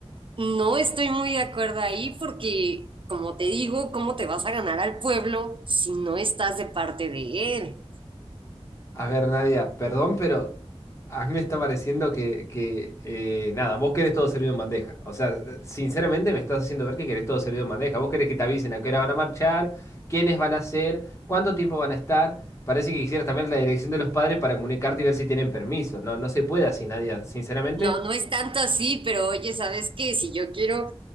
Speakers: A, on the right; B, on the left.
A: no estoy muy de acuerdo ahí porque, como te digo, ¿cómo te vas a ganar al pueblo si no estás de parte de él?
B: A ver, Nadia, perdón, pero a mí me está pareciendo que, que eh, nada, vos querés todo servido en bandeja. O sea, eh, sinceramente me estás haciendo ver que querés todo servido en bandeja. Vos querés que te avisen a qué hora van a marchar, quiénes van a ser, cuánto tiempo van a estar. Parece que quisieras también la dirección de los padres para comunicarte y ver si tienen permiso. No, no se puede así, Nadia. Sinceramente,
A: No, no es tanto así, pero oye, ¿sabes qué? Si yo quiero